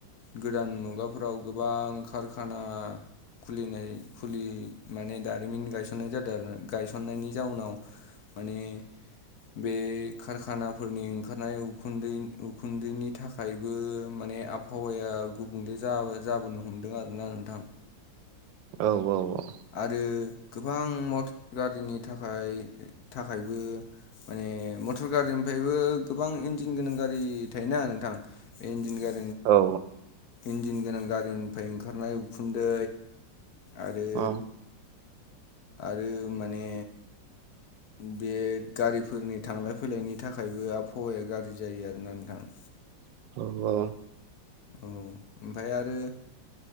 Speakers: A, on the left; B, on the right.
A: गोदान मुगाफोराव गोबां कारखाना खुलिनाय <unintelligible> माने दारिमिन गायसननाय जादों आरो गायसननायनि जाउनाव माने बे कारखानाफोरनि ओंखारनाय उखुन्दै -उखुन्दैनि थाखायबो <unintelligible> माने आबहावाया गुबुंले जा-जाबोनो हमदों आरोना नोंथां।
B: औ, औ, औ।
A: आरो गोबां मटर गारिनि थाखाय- थाखायबो माने मटर- गारिनिफ्रायबो गोबां इन्जिन गोनां गारि थायोना नोंथां। बे इन्जिन गारि
B: औ।
A: इन्जिन गोनां गारिनिफ्राय ओंखारनाय उखुन्दै आरो
B: औ
A: आरो माने बे गारिफोरनि थांलाय- फैलायनि थाखायबो आबहावाया गाज्रि जायो आरोना नोंथां?
B: औ।
A: औ, ओमफ्राय आरो